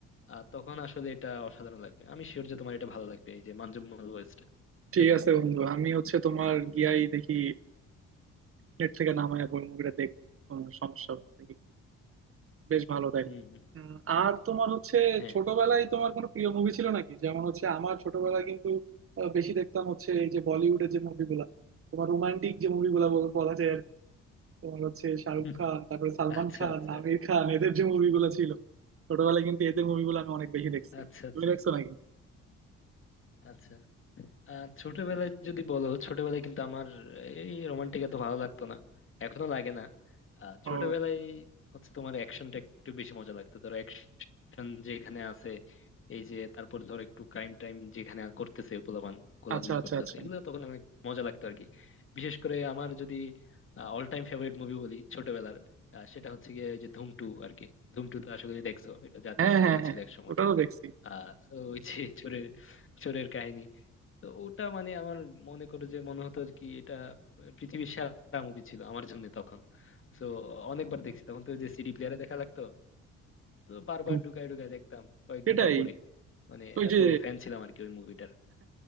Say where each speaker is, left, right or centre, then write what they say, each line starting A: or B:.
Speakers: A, on the left; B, on the right.
A: আহ, তখন আসলে এটা অসাধারণ লাগবে আমি শিওর যে তোমার এটা ভালো লাগবে এই যে মানজুমাল ওয়েস্টটা
B: ঠিক
A: দেখতে
B: আছে
A: পারো
B: বন্ধু আমি হচ্ছে তোমার গিয়াই দেখি নেট থেকে নামায় বই মুভিটা দেখ কোনো সমস্যা হবে না। দেখি বেশ ভালো তাইলে
A: হম হম
B: উম, আর তোমার হচ্ছে
A: হ্যাঁ
B: ছোটবেলায়
A: হ্যাঁ
B: তোমার কোনো প্রিয় মুভি ছিল নাকি যেমন হচ্ছে আমার ছোটবেলায় কিন্তু আহ, বেশি দেখতাম হচ্ছে এই যে বলিউডের যে মুভিগুলা তোমার রোমান্টিক যে মুভিগুলা বলা যায় আর কি। তোমার হচ্ছে শাহরুখ
A: <laughs>
B: খান তারপরে সালমান
A: আচ্ছা
B: খান
A: আচ্ছা
B: আমির খান এদের যে মুভিগুলো ছিল ছোটবেলায় কিন্তু এদের মুভিগুলো আমি অনেক বেশি দেখছি
A: আচ্ছা আচ্ছা
B: তুমি দেখছো নাকি
A: আচ্ছা আহ ছোটবেলায় যদি বলো ছোটবেলায় কিন্তু আমার এই রোমান্টিক এত ভালো লাগতো না এখনো লাগে না আহ,
B: ও
A: ছোটবেলায় হচ্ছে তোমার অ্যাকশনটা একটু বেশি মজা লাগতো ধরো অ্যাকশন যেখানে আছে এই যে তারপর ধরো একটু ক্রাইম টাইম যেখানে করতেছে পোলাপান গোলাগুলি
B: আচ্ছা আচ্ছা
A: করতেছে
B: আচ্ছা
A: এগুলো তখন অনেক মজা লাগতো আর কি বিশেষ করে আমার যদি অল টাইম ফেভারিট মুভি বলি ছোটবেলার আহ, সেটা হচ্ছে গিয়ে ওই যে ধুম টু আর কি ধুম টু তো আশা করি দেখছো এটা জাতীয়
B: হ্যাঁ
A: সিনেমা
B: হ্যাঁ হ্যাঁ
A: ছিল এক সময়
B: ওটাও দেখছি
A: আহ তো ওই যে চোরের চোরের কাহিনী তো ওটা মানে আমার মনে করে যে মনে হতো আর কি এটা পৃথিবীর সেরা মুভি ছিল আমার জন্য তখন তো অনেকবার দেখছি তখন তো ওই যে সিডি প্লেয়ারে দেখা লাগতো তো বারবার
B: ধুর,
A: ঢুকায় ঢুকায় দেখতাম কয়েকদিন
B: সেটাই
A: পর পরই মানে
B: ওই
A: এত
B: যে
A: ফ্যান ছিলাম আর কি ওই মুভিটার